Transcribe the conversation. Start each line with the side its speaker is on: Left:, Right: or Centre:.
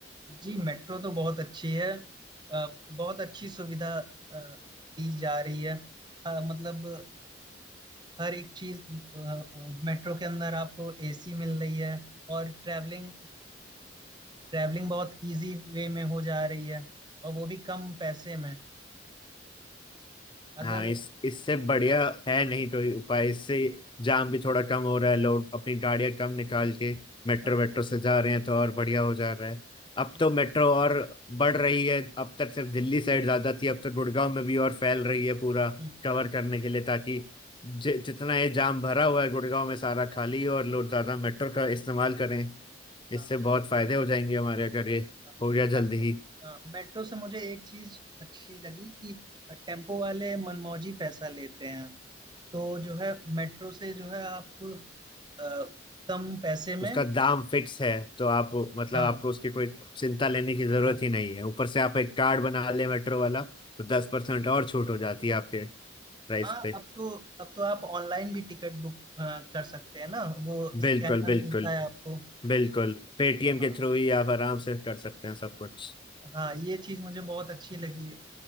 Right: जी मेट्रो तो बहुत अच्छी है अ, बहुत अच्छी सुविधा अ, दी जा रही है अ, मतलब हर एक चीज अ, अ, मेट्रो के अंदर आपको एसी मिल रही है और ट्रैवलिंग ट्रैवलिंग बहुत इजी वे में हो जा रही है और वो भी कम पैसे में अगर
Left: हाँ इस इससे बढ़िया है नहीं तो ये उपाय इससे जाम भी थोड़ा कम हो रहा है लोग अपनी गाड़ियां कम निकाल के मेट्रो
Right: हाँ
Left: वेट्रो से जा रहे हैं तो और बढ़िया हो जा रहा है अब
Right: मेट-
Left: तो मेट्रो और
Right: हाँ,
Left: बढ़ रही है अब तक सिर्फ दिल्ली साइड ज्यादा थी अब तो गुड़गांव में भी और फैल रही है पूरा
Right: हम्म,
Left: कवर करने के लिए ताकि जि, जितना ये जाम भरा हुआ है गुड़गांव में सारा खाली हो और लोग ज्यादा मेट्रो का इस्तेमाल करें इससे
Right: हाँ,
Left: बहुत फायदे हो जाएंगे हमारे अगर ये
Right: हाँ,
Left: हो गया जल्दी
Right: मेट्रो
Left: ही
Right: हाँ, मेट्रो से मुझे एक चीज अच्छी लगी कि टेम्पो वाले मनमौजी पैसा लेते हैं तो जो है मेट्रो से जो है आप अ, कम पैसे में
Left: उसका दाम फिक्स है तो आप मतलब
Right: हाँ
Left: आपको उसकी कोई चिंता लेने की जरूरत
Right: हाँ
Left: ही नहीं है ऊपर से आप एक कार्ड बना ले मेट्रो वाला तो दस परसेंट और छूट हो जाती है आपके प्राइस
Right: हाँ
Left: पे
Right: अब तो अब तो आप ऑनलाइन भी टिकट बुक अ, कर सकते हैं ना वो
Left: बिल्कुल
Right: स्कैनर
Left: बिल्कुल
Right: मिलता है आपको
Left: बिल्कुल पेटीएम के
Right: हाँ
Left: थ्रू ही आप आराम से कर सकते हैं सब कुछ
Right: हाँ, ये चीज़ मुझे बहुत अच्छी लगी है